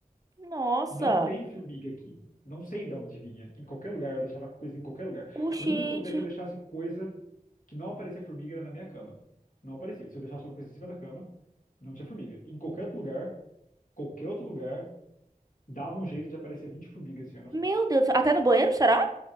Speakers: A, on the right; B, on the left.
A: Nossa.
B: Não tem formiga aqui. Não sei de onde vinha. Em qualquer lugar, eu deixava coisa em qualquer lugar.
A: Oxente.
B: O único lugar que eu deixasse coisa que não aparecia formiga era na minha cama. Não aparecia. Se eu deixasse alguma coisa em cima da cama, não tinha formiga. Em qualquer outro lugar, qualquer outro lugar, dava um jeito de aparecer 20 formigas assim ó, nas
A: Meu
B: coisas.
A: Deus. Até no banheiro, será?